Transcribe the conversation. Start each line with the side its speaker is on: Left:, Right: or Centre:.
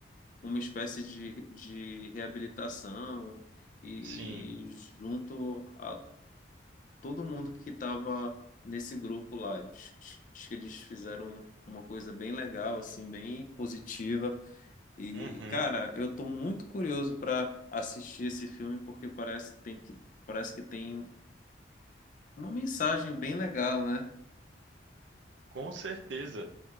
Left: uma espécie de, de reabilitação e
Right: Sim.
Left: junto a todo mundo que estava nesse grupo lá. acho que Eles fizeram uma coisa bem legal, assim, bem positiva. E,
Right: Uhum.
Left: cara, eu tô muito curioso para assistir esse filme porque parece que tem que parece que tem uma mensagem bem legal, né?
Right: Com certeza,